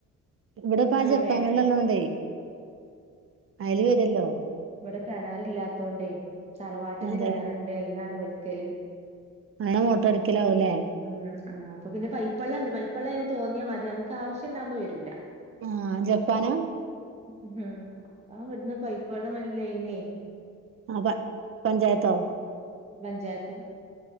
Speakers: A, on the right; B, on the right.
A: ഇവിടിപ്പാ
B: ആഹ്
A: ആ ജപ്പാവെള്ളോള്ളോണ്ടേ
B: വേനൽക്ക്
A: അയില് വരുല്ലോ
B: ഇവടെ കെണറില്ലാത്തോണ്ടേ തറവാട്ടില്
A: അതെ
B: കെണറുണ്ട് അയിന്നാണ് വലിക്കല്
A: അങ്ങനെ മോട്ടർ അടിക്കലാവൂല്ലേ
B: ഉം ആഹ് അപ്പോ പിന്നെ പൈപ്പേള്ളണ്ട് പൈപ്പ പ്പേള്ള അതിന് തോന്ന്യ മാതിര്യ മ്മക്ക് ആവശ്യംണ്ടാവുമ്പോ വരൂല്ല
A: ആഹ് ജപ്പനാ
B: ഉം അതാ ഇവട്ന്ന് <unintelligible>
A: ആഹ് പ പഞ്ചായത്തോ
B: പഞ്ചായത്ത്